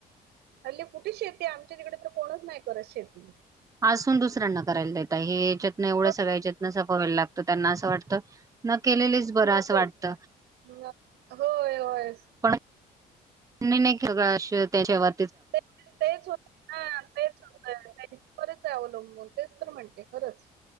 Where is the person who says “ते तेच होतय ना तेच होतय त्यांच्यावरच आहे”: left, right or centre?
Right